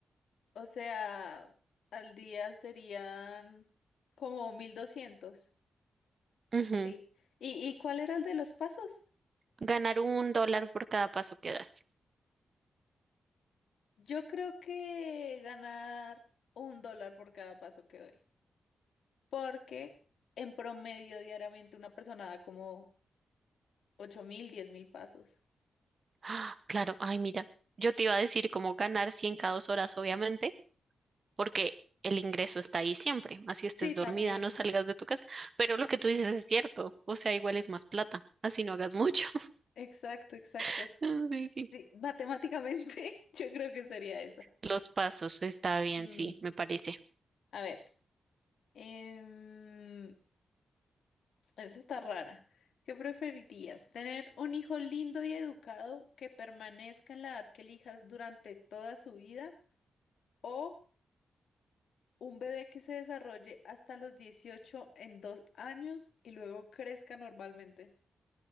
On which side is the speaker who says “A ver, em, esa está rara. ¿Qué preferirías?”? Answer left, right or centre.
Left